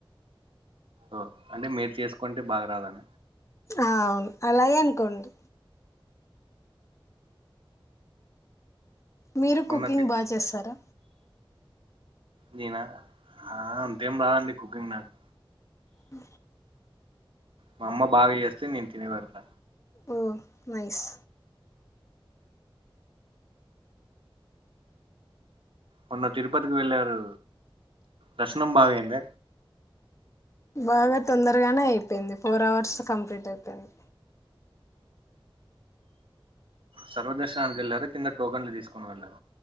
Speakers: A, on the right; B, on the left.
A: ఓ అంటే మీరు చేసుకుంటే బాగా రాదన
B: అవును అలాగే అనుకోండి మీరు
A: మొన్న
B: కుకింగ్
A: తి
B: బాగా చేస్తారా
A: నేనా అంతేం రాదండి కుకింగ్ నాకు
B: అ
A: మా అమ్మ బాగా చేస్తే నేను తిని వెడతా
B: ఓ నైస్
A: మొన్న తిరుపతికి వెళ్ళారు దర్శనం బాగా ఐంద
B: బాగా తొందరగానే అయిపోయింది ఫోర్ అవర్స్ కంప్లీట్ అయిపోయింది
A: సర్వదర్శనానికి వెళ్లారు కింద టోకన్లు తీసుకొని వెళ్లరా